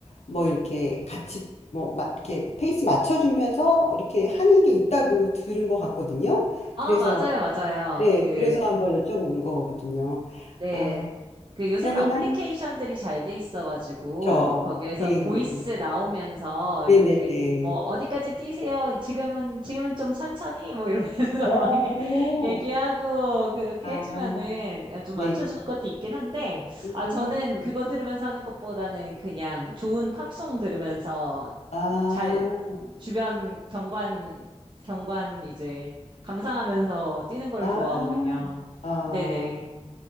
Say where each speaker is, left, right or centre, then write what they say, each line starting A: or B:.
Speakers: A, on the left; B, on the right.
A: 뭐 이렇게 같이 뭐 막 이렇게 페이스 맞춰주면서 이렇게 하는 게 있다고 들은 것 같거든요.
B: 어,
A: 그래서,
B: 맞아요, 맞아요.
A: 네,
B: 그,
A: 그래서 한번 여쭤본 거거든요.
B: 네.
A: 아,
B: 그 요새는
A: 그러면
B: 어플리케이션들이
A: 한,
B: 잘 돼 있어가지고
A: 저,
B: 거기에서
A: 예,
B: 보이스
A: 예.
B: 나오면서
A: 네네네.
B: 이렇게 뭐 어디까지 뛰세요? 지금은 지금은 좀 천천히 뭐 이러면서
A: 오,
B: <laughs> 막 얘- 얘기하고 그렇게
A: 아,
B: 해주면은 좀
A: 네.
B: 맞춰주는 것도 있긴 한데
A: 음.
B: 아 저는 그거 들으면서 하는 것보다는 그냥 좋은 팝송 들으면서
A: 아,
B: 잘 주변 경관 경관 이제 감상하면서 뛰는 걸
A: 아,
B: 좋아하거든요.
A: 아,
B: 네네.